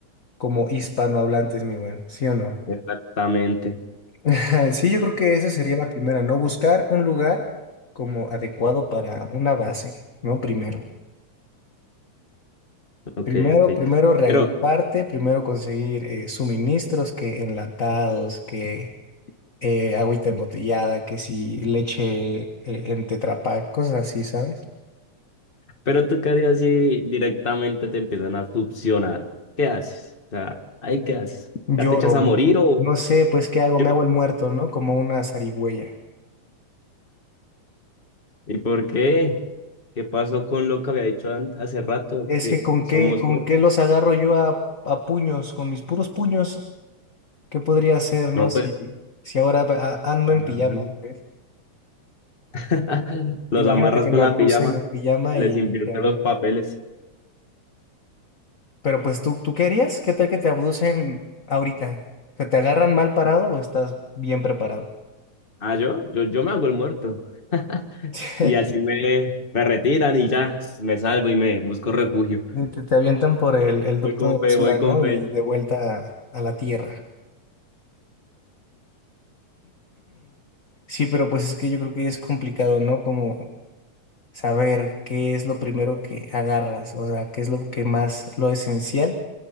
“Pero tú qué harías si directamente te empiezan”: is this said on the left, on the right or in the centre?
Left